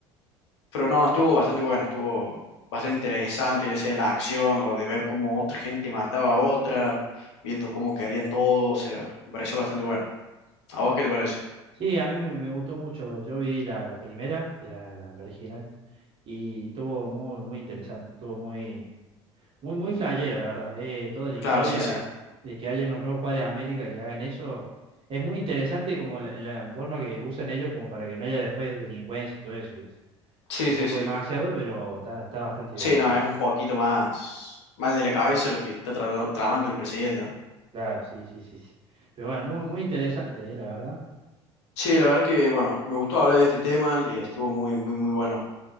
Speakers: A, on the left (about 70°); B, on the right (about 40°).
A: Pero no, estuvo bastante buena, estuvo bastante interesante, ya sea la acción o de ver cómo otra gente mataba a otra, viendo cómo quedarían todos, o sea, me pareció bastante buena. ¿A vos qué te parece?
B: Sí, a mí me me gustó mucho. Yo vi la, la primera, que era la, la original, y estuvo muy, muy interesante, estuvo muy, muy, muy flayera, la verdad. Eh, toda la historia
A: Claro, sí, sí.
B: de que haya unos nuevos padres de América que hagan eso, es muy interesante como la, la forma que usan ellos como para que no haya después delincuencia y todo eso, ¿viste?
A: Sí,
B: Un
A: sí,
B: poco
A: sí.
B: demasiado, pero está, está bastante
A: Sí,
B: divertido.
A: no, es un poquito más mal de la cabeza lo que está tra- tramando el presidente, ¿no?
B: Claro, sí, sí, sí. sí. Pero bueno, muy, muy interesante, eh, la verdad.
A: Sí, la verdad que, bueno, me gustó hablar de este tema, y estuvo muy, muy, muy bueno.